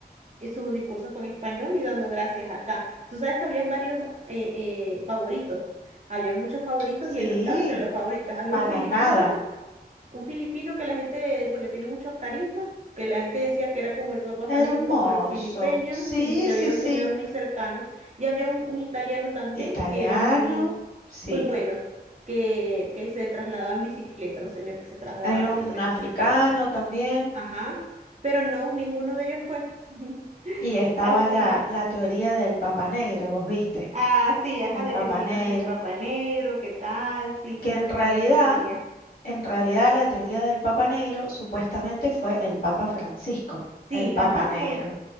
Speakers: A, on the right (about 45°); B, on the left (about 65°).
A: y su discurso fue en español y dando gracias acá. Tú sabes que habían varios eh, eh, favoritos, había muchos favoritos
B: Sí.
A: y él no estaba entre los favoritos. Había
B: Para
A: un filipino,
B: nada.
A: un filipino que la gente, porque tiene mucho carisma, que la gente decía que era como el Papa
B: Hermoso.
A: Francisco, pero filipeño,
B: Sí,
A: sí, se
B: sí,
A: veía un
B: sí.
A: señor muy cercano. Y había un, un italiano también
B: Italiano,
A: que era muy,
B: sí.
A: muy bueno, que, que se trasladaba en bicicleta, un señor que se trasladaba
B: Hay un
A: siempre
B: africano
A: en bicicleta.
B: también.
A: Ajá, pero no, ninguno de ellos fue. <laughs>
B: Y estaba
A: Así
B: la,
A: es.
B: la teoría del Papa Negro, vos viste,
A: Ah, sí, ajá,
B: el
A: de
B: Papa
A: que si
B: Negro,
A: iba a ser Papá Negro, qué tal, sí, siempre
B: que en
A: están
B: realidad,
A: esas teorías.
B: en realidad la teoría del Papa Negro supuestamente fue el Papa Francisco,
A: Sí,
B: el Papa
A: ajá,
B: Negro.
A: por,